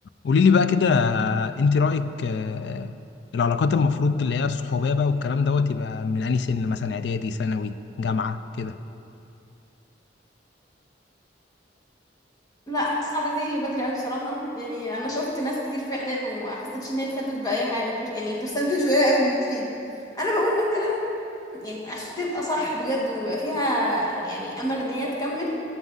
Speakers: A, on the left; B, on the left.
A: قولي لي بقى كده انت رأيك آه، العلاقات المفروض اللي هي الصحوبية بقى والكلام دوت يبقى من انهي سن مثلا اعدادي ثانوي جامعة كده
B: لا حاسه اعدادي بدري قوي بصراحه يعني انا شفت ناس كتير في اعدادي وما حسيتش ان هي فادت باي حاجه بر... يعني برسنتج قليل قوي اللي بتفيد انا بقول مثلا يعني عشان تبقى صح بجد ويبقى فيها يعني امل ان هي تكمل